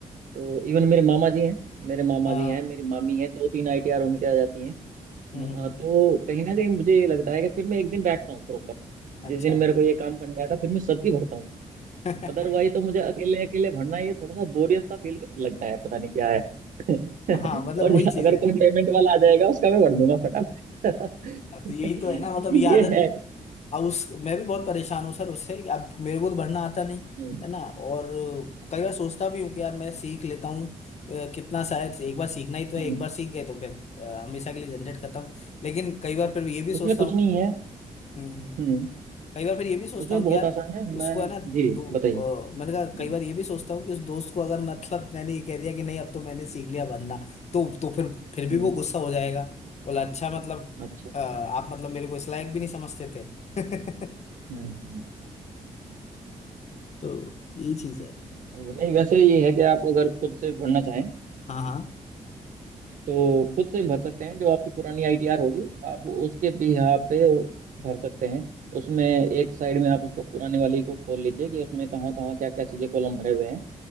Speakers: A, on the right (about 75°); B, on the left (about 55°).
A: तो इवन मेरे मामा जी हैं मेरे मामा
B: हाँ,
A: जी हैं मेरी मामी है दो तीन आईटीआर उनके आ जाती हैं
B: हम्म
A: म- तो कहीं ना कहीं मुझे ये लगता है कि फिर मैं एक दिन बैठता हूँ प्रॉपर जिस
B: अच्छा
A: दिन मेरे को ये काम करना है था फिर मैं सबकी भरता हूँ
B: <laughs>
A: अदरवाइज तो मुझे अकेले अकेले भरना ये थोड़ा सा बोरियत सा फील लगता है पता नहीं क्या है <laughs> और
B: हाँ मतलब वही चीज
A: अगर
B: है
A: कोई पेमेंट वाला आ जाएगा उसका मैं भर दूंगा फटाफट
B: तो यही
A: <laughs>
B: तो है ना मतलब ये आदत
A: ये है
B: अब उस मैं भी बहुत परेशान हूँ सर उससे अब मेरे को तो भरना आता नहीं
A: हम्म,
B: है ना और कई बार सोचता भी हूँ कि यार मैं सीख लेता हूँ अ, कितना शायद से एक बार सीखना ही तो है
A: हम्म।
B: एक बार सीख गए तो फिर अ, हमेशा के लिए झंझट खत्म लेकिन कई बार फिर ये भी सोचता
A: उसमें कुछ
B: हूँ
A: नहीं है
B: हम्म
A: हम्म
B: हम्म कई बार फिर ये भी सोचता
A: उसमें
B: हूँ
A: बहुत
B: कि यार
A: आसान है
B: उसको
A: मैं
B: है ना
A: जी
B: दो
A: बताइए
B: अ, मैंने कहा
A: हम्म
B: कई बार ये भी सोचता हूँ कि उस दोस्त को अगर मतलब <laughs> मैंने ये कह दिया कि नहीं अब तो मैंने सीख लिया बनना तो तो फिर फिर भी
A: हम्म,
B: वो गुस्सा हो जाएगा बोला अच्छा मतलब
A: अच्छा
B: अ, आप मतलब मेरे को इस लायक भी नहीं समझते थे <laughs>
A: हम्म हम्म,
B: तो यही चीज
A: अच्छा
B: है
A: नहीं वैसे ये है कि आप अगर खुद से भरना चाहें
B: हाँ हाँ
A: तो खुद से भर सकते हैं जो आपकी पुरानी आईटीआर होगी आप उसके भी यहाँ पे भर सकते हैं उसमें एक साइड में आप उसको पुराने वाली को खोल लीजिए कि उसमें कहाँ कहाँ क्या क्या चीज़ें कॉलम भरे हुए हैं